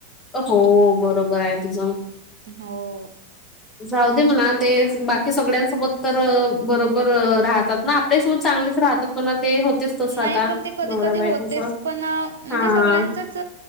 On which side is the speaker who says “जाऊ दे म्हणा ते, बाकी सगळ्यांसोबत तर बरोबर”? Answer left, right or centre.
Left